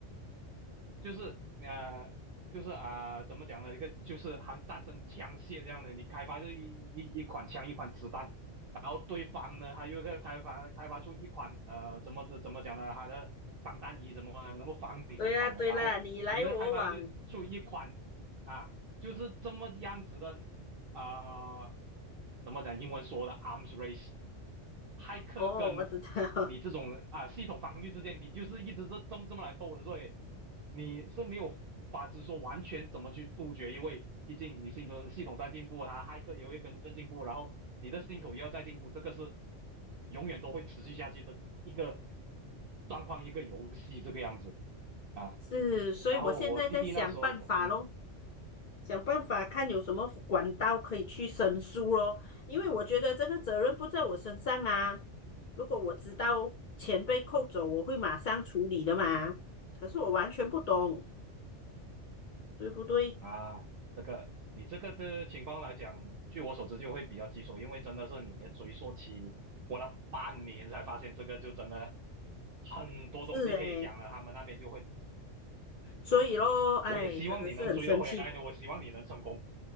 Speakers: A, on the right (about 60°); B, on the left (about 60°).
A: 就是呃，就是啊、呃怎么讲呢？一个就是好像战争枪械这样的，你开发出一一一款枪，一款子弹，然后对方呢，他又开开发开发出一款呃，怎么怎怎么讲呢？他的防弹衣什么的，能够防你这款的，
B: 对呀，对啦，
A: 然后你又再开发出出一款啊，
B: 你来我往。
A: 就是这么样子的啊、怎么讲？英文说的 arms race，骇客跟
B: 哦，我知道，<laughs>
A: 你这种啊系统防御之间，你就是一直这这么这么来斗的，所以你是没有法子说完全怎么去杜绝，因为毕竟你系统系统在进步，它骇客也会跟着进步，然后你的系统也要在进步，这个是永远都会持续下去的一个状况，一个游戏这个样子啊。
B: 是，所以我现在在想办法咯。
A: 然后我弟弟那时候，嗯。
B: 想办法看有什么管道可以去申诉咯，因为我觉得这个责任不在我身上啊。如果我知道钱被扣走，我会马上处理的嘛。可是我完全不懂，对不对？
A: 啊，这个你这个的情况来讲，据我所知就会比较棘手，因为真的是你的追溯期，你过了半年才发现这个，就真的很多东西可以讲了。
B: 是诶，
A: 他们那边就会
B: 所以咯，
A: 啊，
B: 哎，
A: 我也希望你能追得回来呢，
B: 真的是很生气。
A: 我希望你能成功